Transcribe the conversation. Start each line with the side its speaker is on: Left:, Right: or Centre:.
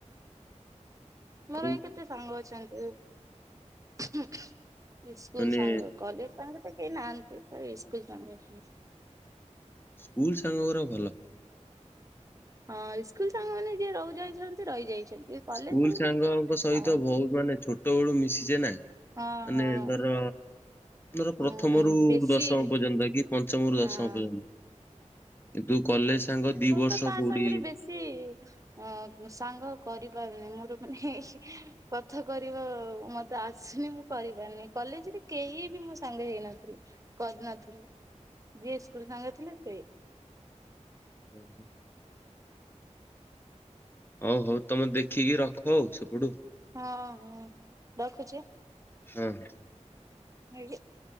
Right: ମୋର
Left: ଆଉ
Right: ବି କେତେ ସାଙ୍ଗ ଅଛନ୍ତି। ଉଁହୁଁ ଉଁହୁଁ। ଏଇ ସ୍କୁଲ
Left: ମାନେ
Right: ସାଙ୍ଗ। କଲେଜ ସାଙ୍ଗ ତ କେହି ନାହାଁନ୍ତି। ଆଉ ଏଇ ସ୍କୁଲ ସାଙ୍ଗ ଅଛନ୍ତି।
Left: ସ୍କୁଲ ସାଙ୍ଗଗୁରା ଭଲ।
Right: ହଁ ଇସ୍କୁଲ ସାଙ୍ଗମାନେ ଯିଏ ରହୁ ଯାଇଛନ୍ତି ରହିଯାଇଛନ୍ତି। କଲେଜ
Left: ସ୍କୁଲ
Right: ସାଙ୍ଗ
Left: ସାଙ୍ଗଙ୍କ ସହିତ
Right: ଆଉ
Left: ବହୁତ ମାନେ ଛୋଟବେଳୁ ମିଶିଛେ ନା।
Right: ହଁ
Left: ମାନେ
Right: ହଁ
Left: ଧର ଧର
Right: ହୁଁ
Left: ପ୍ରଥମରୁ
Right: ହୁଁ ବେଶୀ
Left: ଦଶମ ପର୍ଯ୍ୟନ୍ତ କି ପଞ୍ଚମରୁ
Right: ହଁ
Left: ଦଶମ ପର୍ଯ୍ୟନ୍ତ। କିନ୍ତୁ କଲେଜ ସାଙ୍ଗ ଦି ବର୍ଷ
Right: ତ କାହା
Left: କୋଉଠି
Right: <unintelligible> ଅଁ ମୁଁ ସାଙ୍ଗ କରିପାରୁନି ମୋର ମାନେ କଥା କରିବା ମତେ ଆସୁନି ମୁଁ କରିପାରୁନି। କଲେଜରେ କେହି ବି ମୋ ସାଙ୍ଗ ହେଇନଥିଲେ। କରି ନଥିଲି। ଯିଏ ସ୍କୁଲ ସାଙ୍ଗ ଥିଲେ ସେଏ।
Left: ଓହୋ। ହଉ ହଉ ତମେ ଦେଖିକି ରଖ ଆଉ ସେଇପଟୁ।
Right: ହଁ ହଁ ରଖୁଛି ଆଁ।
Left: ହଁ।
Right: <unintelligible>